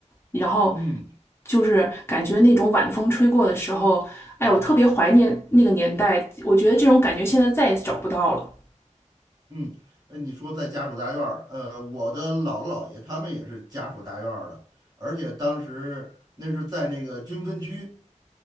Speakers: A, on the left; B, on the right.
A: 然后
B: 嗯
A: 就是感觉那种晚风吹过的时候，哎，我特别怀念那个年代，我觉得这种感觉现在再也找不到了。
B: 嗯，呃你说在家属大院儿，呃，我的姥姥姥爷他们也是家属大院儿的，而且当时那是在那个军分区。